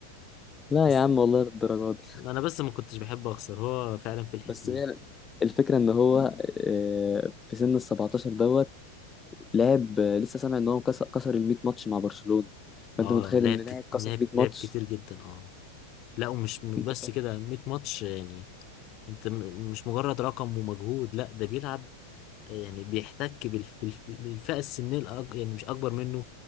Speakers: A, on the left (about 20°); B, on the left (about 40°).
A: لا
B: بس
A: يا عم والله للدرجات
B: انا بس ما كنتش بحب اخسر هو فعلا في الحتة
A: بس
B: دي
A: هي الفكرة ان هو آه، في سن ال 17 دوت لعب آه، لسه سامع ان هو كسر كسر ال 100 ماتش مع برشلونة فانت
B: اه
A: متخيل
B: لعب
A: ان لاعب
B: كت...
A: كسر
B: لعب
A: 100 ماتش
B: لعب كتير جدا اه لا ومش م-
A: انت
B: بس
A: فاهم
B: كده 100 ماتش يعني انت م- مش مجرد رقم ومجهود لا ده بيلعب يعني بيحتك بالف... بالف... بالفئة السنية الأك... يعني مش اكبر منه